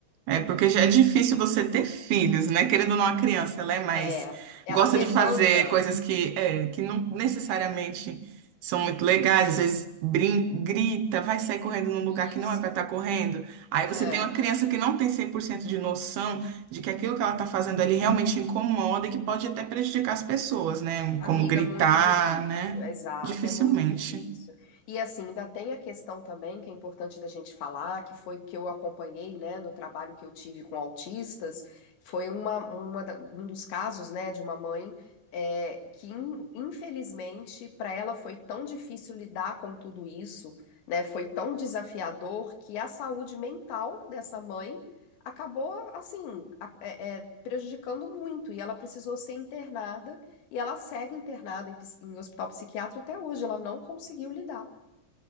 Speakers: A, on the right; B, on the left.
A: É porque já é difícil você ter filhos, né? Querendo ou não, a criança, ela é mais.
B: É, ela
A: Gosta
B: demanda
A: de fazer coisas que, é, que não necessariamente são muito legais, às vezes brin grita, vai sair correndo num lugar
B: isso.
A: que não é para estar correndo. Aí você
B: é.
A: tem uma criança que não tem 100% de noção de que aquilo que ela está fazendo ali realmente incomoda e que pode até prejudicar as pessoas, né?
B: Amiga,
A: Como gritar,
B: muito difícil,
A: né?
B: exato,
A: Dificilmente.
B: é muito difícil. E assim, ainda tem a questão também que é importante da gente falar, que foi o que eu acompanhei, né, no trabalho que eu tive com autistas, foi uma, uma da- um dos casos, né, de uma mãe é, que in- infelizmente para ela foi tão difícil lidar com tudo isso, né, foi tão desafiador que a saúde mental dessa mãe acabou assim a- é, é, prejudicando muito e ela precisou ser internada e ela segue internada em, ps- em hospital psiquiátrico até hoje, ela não conseguiu lidar.